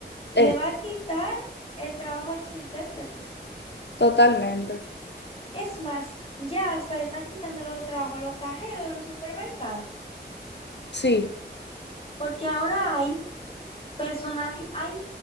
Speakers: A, on the left (about 30°); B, on the left (about 75°).
A: Le
B: Eh,
A: va a quitar el trabajo a los intérpretes.
B: totalmente.
A: Es más, ya hasta le están quitando el trabajo a los cajeros de los supermercados,
B: Sí.
A: porque ahora hay personal, hay